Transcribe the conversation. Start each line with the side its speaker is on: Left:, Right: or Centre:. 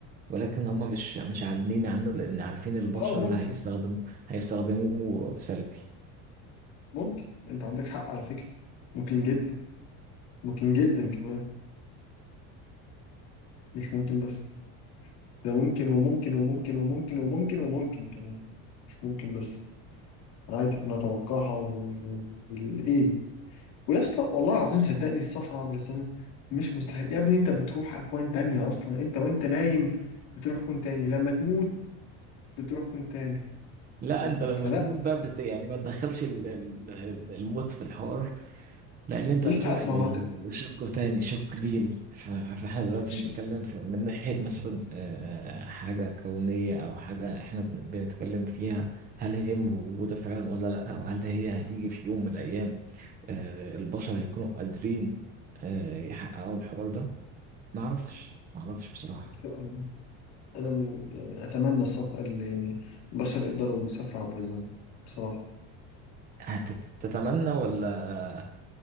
Right: ولكن هم مش مش عاملين عنه لان عارفين البشر
Left: اه ممكن
Right: هيستخدموا هيستخدموه سلبي
Left: ممكن انت عندك حق على فكرة ممكن جدا ممكن جدا كمان مش ممكن بس ده ممكن وممكن وممكن وممكن وممكن وممكن كمان مش ممكن بس عادي انا اتوقعها بالايه ويا اسطى والله العظيم صدقني السفر عبر الزمن مش مستحيل يا ابني انت بتروح اكوان تانية اصلا انت وانت نايم بتروح كون تاني لما تموت بتروح كون تاني
Right: لا
Left: آه،
Right: انت لما
Left: فلا
Right: تموت بقى بت يعني ما تدخلش ال- ال- الموت في الحوار لان انت
Left: لا
Right: هتروح
Left: ما
Right: لشق
Left: هو ده
Right: تاني شق ديني ف- فاحنا دلوقتي
Left: ماشي
Right: بنتكلم في من ناحية مثلا آه، حاجة كونية او حاجة احنا بن- بنتكلم فيها هل هي موجودة فعلا ولا لا او هل هي هتيجي في يوم من الايام آه، البشر هيكونوا قادرين آه، يحققوا الحوار ده معرفش معرفش بصراحة
Left: ان شاء الله انا من يعني اتمنى السفر اللي يعني البشر يقدروا يسافروا عبر الزمن بصراحه
Right: هتتمنى ولا